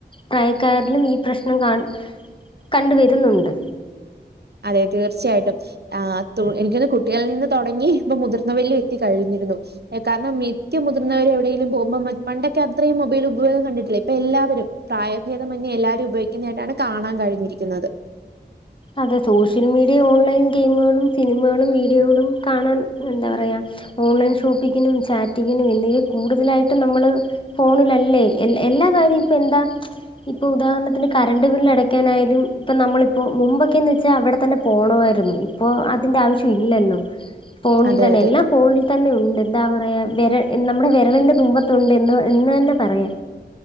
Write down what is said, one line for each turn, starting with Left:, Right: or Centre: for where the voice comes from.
Left: പ്രായക്കാരിലും ഈ പ്രശ്നം ക കണ്ടു വരുന്നുണ്ട്
Right: അതെ തീർച്ചയായിട്ടും ആ തു എനിക്ക് തോന്നുന്നു കുട്ടികളിൽ നിന്ന് തുടങ്ങി ഇപ്പൊ മുതിർന്ന വരിലും എത്തി കഴിഞ്ഞ് ഇരിന്നു കാരണം മിക്ക മുതിർന്നവരും എവിടെയങ്കും പോുമ്പോ പണ്ടൊക്കെ അത്രയും മൊബൈൽ ഉപയോഗം കണ്ടിട്ടില്ല ഇപ്പ എല്ലാവരും പ്രായഭേദമന്യ എല്ലാവാരും ഉപയോഗിക്കുന്നത് ആയിട്ടാണ് കാണാൻ കഴിഞ്ഞ് ഇരിക്കുന്നത്
Left: അതെ സോഷ്യൽ മീഡിയ ഓൺലൈൻ ഗെയിമുകളും സിനിമകളും വീഡിയോകളും കാണാൻ എന്താ പറയയാ ഓൺലൈൻ ഷോപ്പിക്കിനും ചാറ്റിങ്ങിനും എന്നിവ കൂടുതലായിട്ടും നമ്മള് ഫോണിലല്ലേ എ എല്ലാ കാര്യം ഇപ്പ എന്താ ഇപ്പൊ ഉദാഹരണത്തിന് കറണ്ട് ബില്ല് അടക്കാനായാലും ഇപ്പൊ നമ്മളിപ്പോ മുമ്പൊക്കെന്ന് വെച്ചാ അവടെ തന്നെ പോണോയിരുന്നു ഇപ്പോ അതിന്റെ ആവശ്യം ഇല്ലല്ലോ ഫോണിൽ
Right: അതെ
Left: തന്നെ
Right: അതെ
Left: എല്ലാം ഫോണിൽ തന്നെ ഉണ്ട് എന്താ പറയ വെര എന്നനമ്മുടെ വെരലിൻ്റെ തുമ്പത്തുണ്ട് എന്ന് എന്ന് തന്നെ പറയാം